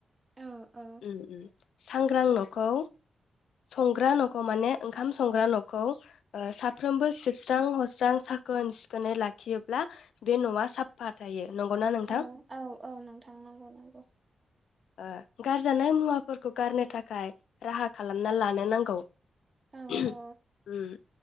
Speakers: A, on the right; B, on the left.
A: औ औ
B: उम उम सांग्रां न'खौ संग्रा न'खौ माने ओंखाम संग्रा न'खौ ओ साफ्रोमबो सिबस्रां हस्रां साखोन-सिखोनै लाखियोब्ला बे न'आ साफ्फा थायो। नंगौना नोंथां
A: औ औ औ नोंथां नंगौ नंगौ
B: ओ गारजानाय मुवाफोरखौ गारनो थाखाय राहा खालामना लानो नांगौ
A: औ
B: उम
A: औ